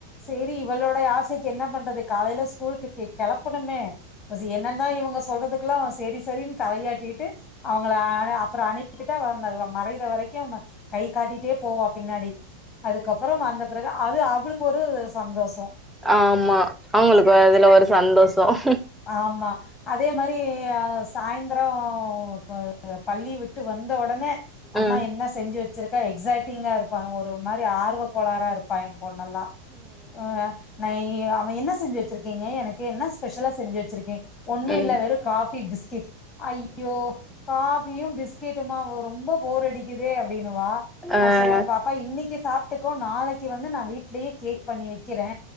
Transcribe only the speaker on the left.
சேரி இவளோட ஆசைக்கு என்ன பண் அது காலையில ஸ்கூல்க்கித்தி கெளப்பணுமே பசி என்னந்தா இவுங்க சொல்றது குலாம் செரி செரின் தலையாட்டிட் டு அவுங்கள அ அப்புறம் அனுப் த்துட்டா வந்தலா மறையிற வரைக்கும் நம்ம கை காட்டிட்டே போவா பின்னாடி அதுக்கப்புறம் வந்த பிறகு அது ஆ அவுளுக்கு ஒரு சந்தோஷம்
ஆமா அதே மாரி சாயந்தரம் ப பள்ளி விட்டு வந்த ஒடனே அம்மா
என்ன செஞ்சி வச் சிருக்கா எக்ஸாட்டிங்கா இருப்பாங்க ஒரு மாரி ஆர்வ கோளாரா இரு பைய பொண்ணல்லாம் ம் நா எ அவன் என்ன செஞ்சி வச்சிருக்கீங்க எனக்கு என்ன ஸ்பெஷலா செஞ்சி வச்சிருக்கீங் ஒண்ணும்
இல்ல
வெறும் காபி பிஸ்கேட் ஐயோ காஃபியும் பிஸ்கே ட்டுமா ரொம்ப போர் அடிக்குதே அப்டின்னுவா
நா சொல்லுவே பாப்பா இன்னைக்கு சாப் ட்டுக்கோ நாளைக்கு வந்து நான் வீட்லேயே கேக் பண்ணி வைக் கிறே